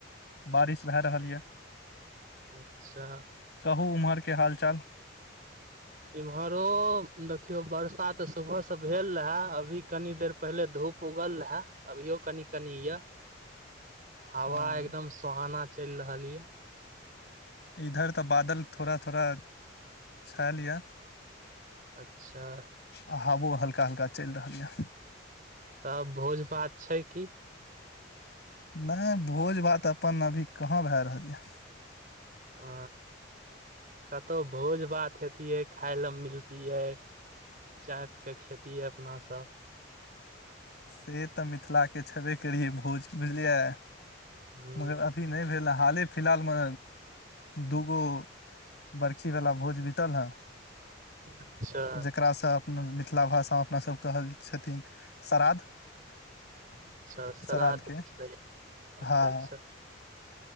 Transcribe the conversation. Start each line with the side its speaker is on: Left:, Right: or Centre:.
Left: बारिश भए रहल ये
Right: अच्छा।
Left: कहू उम्हर के हाल चाल
Right: इम्हरो देखियो बर्षा ते सुबह से भेल रहे अभी कनी देर पहिले धूप उगल रहे अभियो कनि कनि ये हवा
Left: ह
Right: एकदम सुोहाना चलि रहल ये
Left: इधर तऽ बादल थोड़ा थोड़ा छेल य
Right: अच्छा
Left: आ हबो हल्का हल्का चलि रहल यए
Right: तब भोज भात छै की।
Left: नहि भोज भात अपन अभी कहाँ भए रहल यऽ
Right: आ कतहु भोज भात हेतियै खााय लऽ मिलति यै चायप के खेती हइ अपनासभ
Left: से तऽ मिथिला के छेबे करियै भोज बुझलियै
Right: ह
Left: मगर अभी नहि भेल हाले फिलहाल में दूगो बर्खी वालला भोज बितल ह
Right: अच्छा
Left: जकरासँ अपना मिथिला भाषामे अपनासभ कहल छथिन श्रध
Right: अच्छा श्राद्ध
Left: श्रध
Right: भेटलै
Left: के हँ।
Right: अच्छा अच्छा